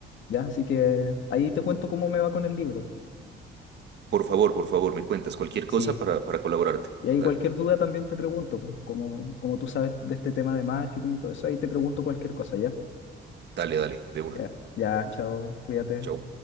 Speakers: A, on the left (about 70°); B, on the right (about 60°).
A: ¿Ya? Así que ahí te cuento cómo me va con el libro.
B: Por favor, por favor, me cuentas cualquier
A: Sí,
B: cosa para, para colaborarte.
A: y ahí
B: Dale,
A: cualquier duda también te pregunto, pues, como, como tú sabes de este tema de marketing y todo eso, ahí te pregunto cualquier cosa, ¿ya?
B: dale, dale, de una.
A: Ya, ya, chao, cuídate.
B: Chao.